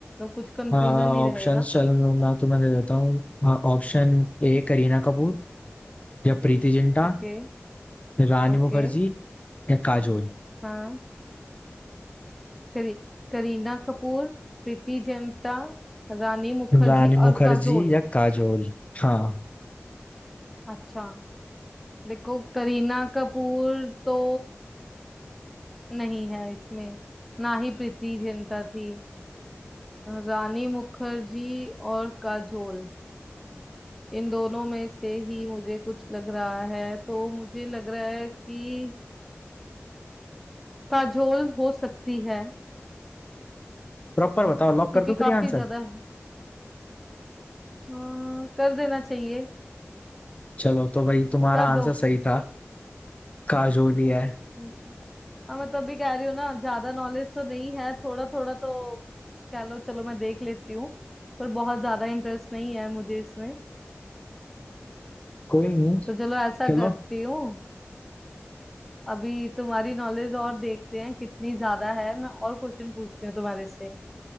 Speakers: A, in the centre; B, on the left.
A: कुछ कंफ्यूजन
B: हाँ
A: नहीं रहेगा
B: ऑप्शंस चल मैं तुम्हें दे देता हूँ हाँ, ऑप्शन ए करीना कपूर या प्रीति जिंटा
A: ओके
B: रानी
A: ओके
B: मुखर्जी या काजोल
A: हाँ करी, करीना कपूर प्रीति जिंटा रानी मुखर्जी
B: रानी मुखर्जी
A: और काजोल
B: या काजोल हाँ
A: अच्छा देखो करीना कपूर तो नहीं है इसमें ना ही प्रीति जिंटा थी रानी मुखर्जी और काजोल इन दोनों में से ही मुझे कुछ लग रहा है तो मुझे लग रहा है कि काजोल हो सकती है
B: प्रॉपर बताओ लॉक
A: क्योंकि
B: कर दो
A: काफी
B: फिर आंसर
A: ज्यादा हाँ कर देना चाहिए
B: चलो तो भाई तुम्हारा
A: कर
B: आंसर
A: दो
B: सही था काजोल ही है
A: हम्म। हाँ मैं तब भी कह रही हूँ ना ज्यादा नॉलेज तो नहीं है थोड़ा थोड़ा तो कह लो चलो मैं देख लेती हूँ पर बहुत ज्यादा इंटरेस्ट नहीं है मुझे इसमें
B: कोई नहीं
A: तो चलो ऐसा
B: चलो
A: करती हूँ अभी तुम्हारी नॉलेज और देखते हैं कितनी ज्यादा है मैं और क्वेश्चन पूछती हूँ तुम्हारे से